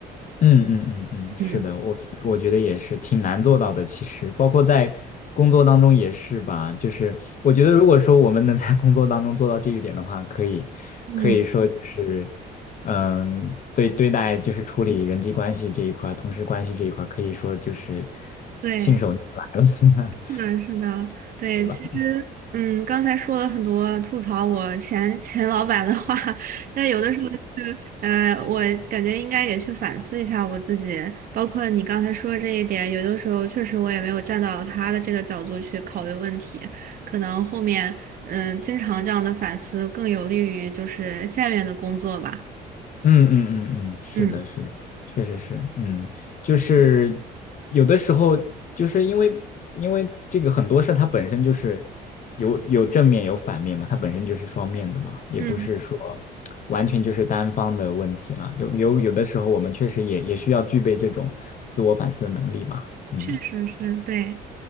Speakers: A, on the left (about 50°); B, on the right (about 55°).
A: 嗯嗯嗯嗯，是的，
B: 嗯
A: 我觉得我觉得也是挺难做到的，其实包括在工作当中也是吧，就是我觉得如果说我们能在工作当中做到这一点的话，可以可以说就是
B: 嗯，
A: 嗯，对对待就是处理人际关系这一块儿同事关系这一块儿可以说就是
B: 对。
A: 信手拈来了，
B: 是的，是的，对，
A: <laughs> 对吧？
B: 其实，嗯，刚才说了很多吐槽我前前老板的话，<laughs> 但有的时候是，呃，我感觉应该也去反思一下我自己，包括你刚才说的这一点，有的时候确实我也没有站到他的这个角度去考虑问题，可能后面，嗯，经常这样的反思更有利于就是下面的工作吧。
A: 嗯嗯嗯嗯，是的，
B: 嗯
A: 是的，确实是，嗯，就是有的时候，就是因为因为这个很多事儿它本身就是有有正面有反面嘛，它本身就是双面的嘛，也不是说
B: 嗯，
A: 完全就是单方的问题啦。有有有的时候，我们确实也也需要具备这种自我反思的能力嘛。嗯
B: 确实是，对，